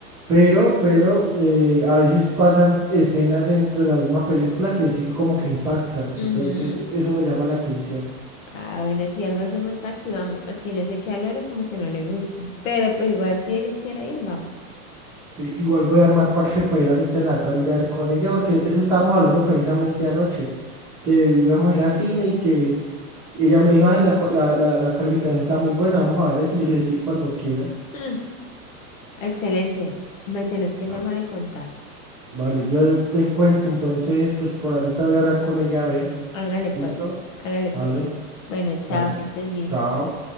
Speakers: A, in the centre; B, on the left.
A: Pero, pero eh, a veces pasan escenas dentro de la misma película que sí como que impactan.
B: Ujú.
A: Entonces, eso me llama la atención.
B: Ah, bueno, si algo hacemos parche, vamos, porque yo sé que a Lore como que no le gusta. Pero pues igual si ella quiere ir, vamos.
A: Sí, igual voy a armar parche para ir ahorita en la tarde a ver con ella, porque eso estábamos hablando precisamente anoche, que íbamos a ir a cine y que ella me dijo, ay, la, co- la, la, la calificación está muy buena, vamos a ver eso. Yo le dije, sí, cuando quieras.
B: Mm, excelente. Me tienes que
A: Ah,
B: llamar y contar.
A: Vale, yo te cuento, entonces, pues por ahorita voy a hablar con ella, a ver,
B: Hágale pues,
A: ¿listo?
B: hágale pues.
A: Vale,
B: Bueno, chao,
A: dale,
B: que estés bien.
A: chao.